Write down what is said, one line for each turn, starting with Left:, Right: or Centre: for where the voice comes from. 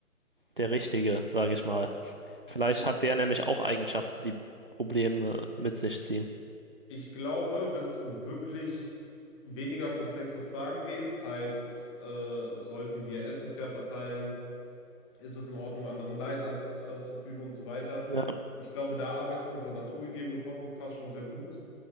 Right: der Richtige, sage ich mal. Vielleicht
Left: Also
Right: hat der nämlich auch Eigenschaften, die Probleme mit sich ziehen.
Left: ich glaube, wenn es um wirklich weniger komplexe Fragen geht, heißt, äh, sollten wir Essen fair verteilen? Ist es in Ordnung, anderen Leid anzufügen und so weiter?
Right: Ja,
Left: Ich glaube, da arbeitet dieser naturgegebene Kompass schon sehr gut.